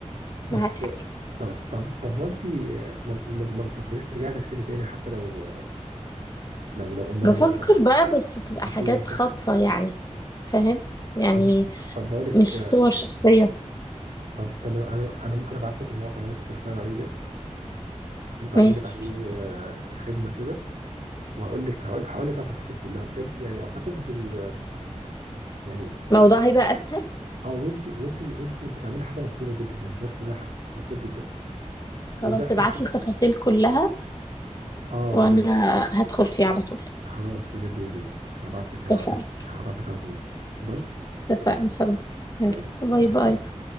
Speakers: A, on the right (about 80°); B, on the left (about 30°).
A: بس
B: معاك حق
A: طب طب طب هو انت آه، ما ما- ما بتفكريش ترجعي ترسمي تاني حتى لو لو لو اونلاين
B: بفكر
A: مثلا
B: بقى بس تبقى
A: كفريلانسر
B: حاجات خاصة يعني فاهم يعني
A: طب طب بقول لك
B: مش
A: آه،
B: صور شخصية
A: طب طب انا انا ممكن ابعت لك الموقع اللي انا كنت بشتغل عليه ده وتعملي
B: ماشي
A: عليه آه، خدمه كده وهقول لك هقول هقول لك على التفاصيل كلها بجد يعني اعتقد ال- يعني
B: الموضوع هيبقى أسهل
A: اه وانت وانت وانت بتعملي حاجه مطلوبه جدا يعني الرسم ده ح- مطلوب جدا والدخل
B: خلاص ابعتلي
A: هيكون
B: التفاصيل كلها
A: اه
B: وأنا
A: بجد
B: هدخل فيه على طول
A: خلاص بجد يا ريت هبعت لك هبعت
B: اتفقنا
A: لك هبعت لك على طول خلاص
B: اتفقنا خلاص يلا
A: يلا
B: باي باي